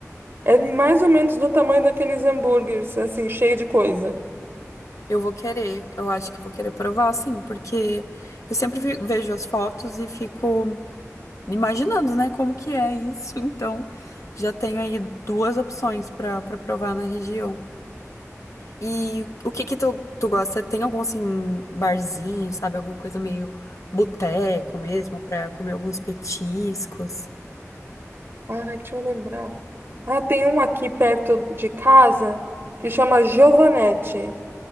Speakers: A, on the right; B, on the left.
A: É mais ou menos do tamanho daqueles hambúrgueres, assim, cheio de coisa.
B: Eu vou querer, eu acho que eu vou querer provar, sim, porque eu sempre vi- vejo as fotos e fico imaginando, né, como que é isso. Então, já tenho aí duas opções para para provar na região. E o que que tu, tu gosta? Tem algum, assim, barzinho, sabe? Alguma coisa meio boteco mesmo, pra comer alguns petiscos?
A: Ai, deixa eu lembrar. Ah, tem um aqui perto de casa que chama Giovanetti.